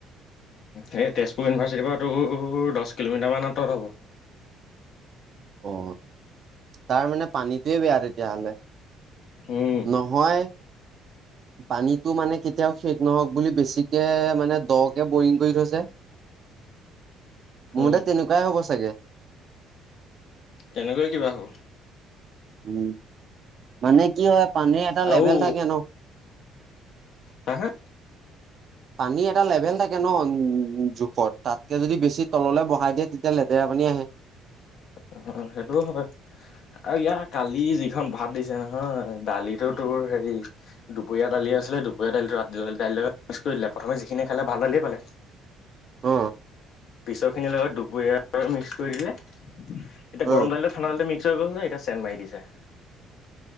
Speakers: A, on the left; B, on the right.
A: সেই তেজপুৰ ইউনিভাৰ্চিটিৰ পৰাতো দহ কিলোমিটাৰমান আঁতৰত হ'ব।
B: অ তাৰ মানে পানীটোয়ে বেয়া তেতিয়া হ'লে।
A: উম,
B: নহয়। পানীতটো মানে কেতিয়াও শেষ নহওক বুলি বেছিকে মানে দকে বৰিং কৰি থৈছে।
A: উম,
B: মোৰ মতে তেনেকুৱাই হ'ব চাগে।
A: তেনেকৈয়ে কিবা হ'ব।
B: উম মানে কি হয় পানীৰ এটা
A: আৰু
B: লেভেল থাকে ন।
A: হা হা।
B: পানী এটা লেভেল থাকে ন, উম। জোখত তাতকে যদি বেছি তললৈ বহাই দিয়ে তেতিয়া লেতেৰা পানী আহে।
A: অহ সেইটোও হয়। আৰু ইয়াৰ কালি যিখন ভাত দিছে নহয় দালিতো তোৰ হেৰি দুপৰীয়া দালি আছিলে দুপৰীয়া দালিটো ৰাতি দালি টো লগত মিক্স কৰি দিলে প্ৰথমে যিখিনি খালে ভাল দালিয়ে পালে <inaudible>
B: অ
A: পিছৰ খিনিৰ লগত দুপৰীয়াৰ মিক্স কৰি দিলে এতিয়া
B: অ
A: গৰম দাইলত ঠাণ্ডা দালিতে মিস্ক হৈ গ'ল যে এতিয়া চেণ মাৰি দিছে।